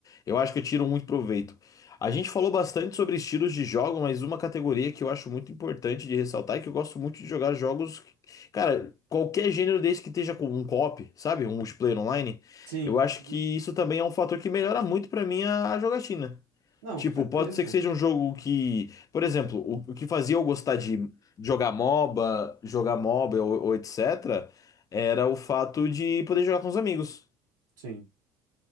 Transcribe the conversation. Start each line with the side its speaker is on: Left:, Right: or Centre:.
Left: eu acho que eu tiro muito proveito. A gente falou bastante sobre estilos de jogo, mas uma categoria que eu acho muito importante de ressaltar é que eu gosto muito de jogar jogos. Cara, qualquer gênero desse que esteja com um co-op, sabe? Um multiplayer online.
Right: Sim.
Left: Eu acho
Right: uhum.
Left: que isso também é um fator que melhora muito pra mim a a jogatina.
Right: Não,
Left: Tipo,
Right: com certeza.
Left: pode ser que seja um jogo que, por exemplo, o, o que fazia eu gostar de jogar MOBA, jogar MOBA ou, ou etc, era o fato de poder jogar com os amigos.
Right: Sim.